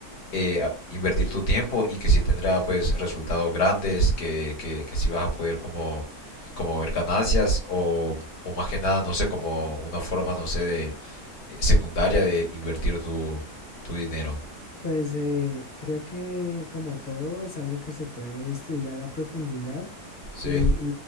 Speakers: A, on the left; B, on the left.
A: eh, a- invertir tu tiempo y que sí tendrá pues resultados grandes, que, que, que sí vas a poder como, como ver ganancias o, o más que nada, no sé, como una forma, no sé, de eh, secundaria de invertir tu, tu dinero.
B: Pues eh, creo que como todo es algo que se puede estudiar a profundidad
A: Sí,
B: y,